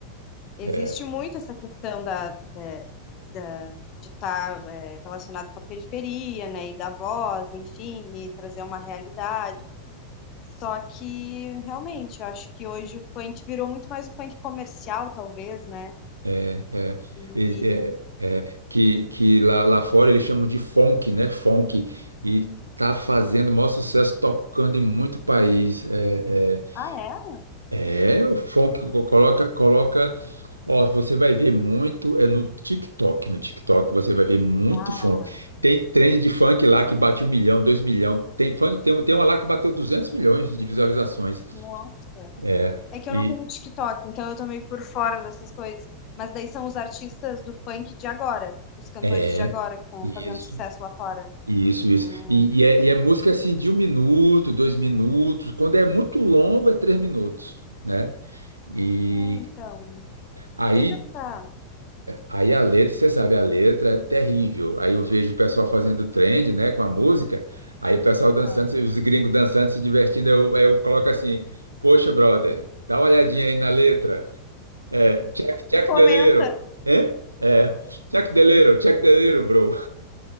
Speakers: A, on the left (about 35°); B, on the right (about 85°).
A: existe
B: É,
A: muito essa questão da, da- da- de estar tá, é, relacionado com a periferia, né? E da voz, enfim, e trazer uma realidade. Só que realmente, eu acho que hoje o funk virou muito mais o funk comercial, talvez, né?
B: É, é,
A: E...
B: E- é, é, que, que lá, lá fora eles chamam de funk, né? Funk. E tá fazendo o maior sucesso tocando em muito país. É,
A: Ah, é?
B: é, é, o funk co- coloca, coloca. Ó, você vai ver muito, é no TikTok. No TikTok você vai ver muito
A: ah
B: funk. Tem trend de funk lá que bate um milhão, dois milhão. Tem funk, tem, tem uma lá que bateu 200 milhões de visualizações.
A: Nossa.
B: É,
A: É que
B: e
A: eu não tenho TikTok, então eu tô meio por fora dessas coisas. Mas daí são os artistas do funk de agora, os cantores
B: é.
A: de agora que estão
B: Isso.
A: fazendo sucesso lá fora.
B: Isso, isso.
A: Hum.
B: E, e é, e é música assim de um minuto, dois minutos. Quando é muito longo, é três minutos, né? E
A: É, então,
B: aí,
A: teve essa.
B: aí a letra, você sabe, a letra é terrível. Aí eu vejo o pessoal fazendo trend, né, com a música. Aí o pessoal dançando,
A: essa-
B: os gringos dançando, se divertindo. Eu, eu coloco assim: Poxa, brother, dá uma olhadinha aí na letra. É, check, check
A: Tu Comenta.
B: the little. Hã? É, check the little, check the little, bro.